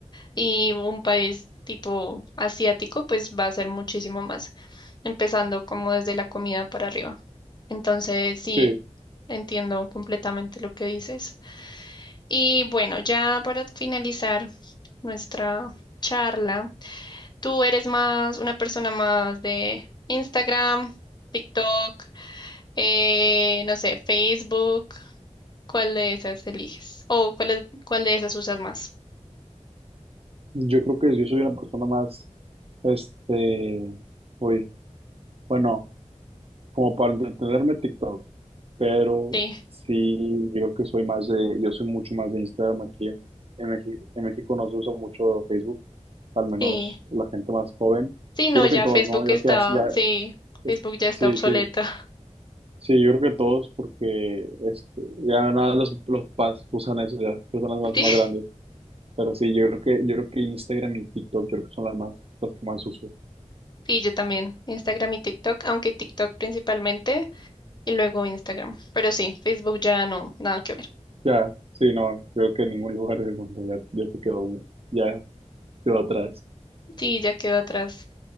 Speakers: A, on the left (about 35°); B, on the right (about 50°).
A: y un país tipo asiático, pues va a ser muchísimo más, empezando como desde la comida para arriba. Entonces, sí.
B: Sí,
A: Entiendo completamente lo que dices. Y bueno, ya para finalizar nuestra charla, ¿tú eres más una persona más de Instagram, TikTok, eh, no sé, Facebook? ¿Cuál de esas eliges? ¿O cuál, es- cuál de esas usas más?
B: Yo creo que yo soy una persona más, este, uy, bueno, como para entretenerme TikTok, pero
A: Sí,
B: sí, yo creo que soy más de, yo soy mucho más de Instagram aquí en, en México. En México no se usa mucho Facebook, al menos
A: sí.
B: la gente más joven.
A: Sí, no,
B: Yo creo
A: ya
B: que en todos,
A: Facebook
B: ¿no? Yo
A: está,
B: creo que así ya,
A: sí,
B: es-
A: Facebook ya está
B: sí,
A: obsoleta.
B: sí, sí, yo creo que todos, porque este, ya nada, los, los papás usan eso, ya las personas más,
A: <laughs>
B: más
A: Sí,
B: grandes. Pero sí, yo creo que, yo creo que Instagram y TikTok, yo creo que son las más, las que más uso.
A: sí, yo también. Instagram y TikTok, aunque TikTok principalmente. Y luego Instagram. Pero sí, Facebook ya no, nada que ver.
B: Ya, sí, no, creo que en ningún lugar del mundo ya, ya se quedó, ya quedó atrás.
A: Sí, ya quedó atrás.